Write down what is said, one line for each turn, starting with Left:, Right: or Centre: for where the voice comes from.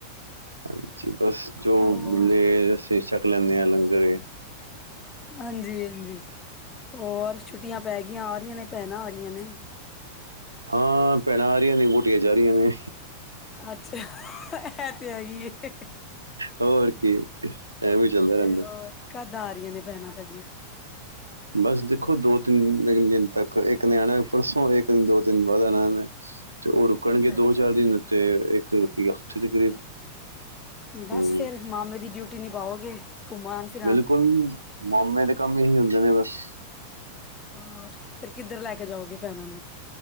Right: ਹਾਂਜੀ ਬਸ ਜੋ
Left: ਹੋਰ
Right: ਮਿਲੇ ਅਸੀਂ ਛੱਕ ਲੈਂਦੇ ਹਾਂ ਲੰਗਰੲ ਏ
Left: ਹਾਂਜੀ ਹਾਂਜੀ ਹੋਰ ਛੁੱਟੀਆਂ ਪੈ ਗਈਆਂ ਆ ਰਹੀਆਂ ਨੇ ਭੈਣਾਂ ਆ ਰਹੀਆਂ ਨੇ
Right: ਹਾਂ ਭੈਣਾਂ ਆ ਰਹੀਆਂ ਨੇ ਵੋਟੀਆਂ ਜਾ ਰਹੀਆਂ ਨੇ
Left: ਅੱਛਾ ਇਹ ਤੇ ਹੈਗੀ ਏ।
Right: ਹੋਰ ਕੀ ਐਵੇ ਵੀ ਚੱਲਦਾ
Left: ਤੇ
Right: ਰਹਿੰਦਾ।
Left: ਹੋਰ ਕਦ ਆ ਰਹੀਆਂ ਨੇ ਭੈਣਾਂ ਤੁਹਾਡੀਆਂ
Right: ਬਸ ਦੇਖੋ ਦੋ ਤਿੰਨ ਦਿਨ ਤੱਕ ਇੱਕ ਨੇ ਆਣਾ ਪਰਸੋਂ, ਇੱਕ ਨੇ ਦੋ ਤਿੰਨ ਬਾਅਦ ਆਣਾ। ਤੇ ਉਹ ਰੁਕਣਗੇ
Left: ਅੱਛਾ
Right: ਦੋ ਚਾਰ ਦਿਨ ਤੇ ਇੱਕ ਰੁਕੀ ਹਫ਼ਤੇ ਦੇ ਕਰੀਬ।
Left: ਬਸ
Right: ਹੂੰ
Left: ਫੇਰ ਮਾਮੇ ਦੀ ਡਿਊਟੀ ਨਿਭਾਉਗੇ, ਘੁਮਾਣ ਫਿਰ
Right: ਬਿਲਕੁਲ, ਮਾਮੇ ਦੇ ਕੰਮ ਇਹੀ ਹੁੰਦੇ ਨੇ ਬਸ।
Left: ਹਾਂ, ਫਿਰ ਕਿੱਧਰ ਲੈ ਕੇ ਜਾਓਗੇ ਭੈਣਾਂ ਨੂੰ?